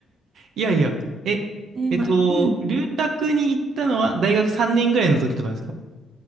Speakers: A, on the right; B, on the right.
A: いやいや。え、
B: <laughs> ね、
A: えっと、
B: まあ、うん。
A: 留学に行ったのは大学3年ぐらいの時とかですか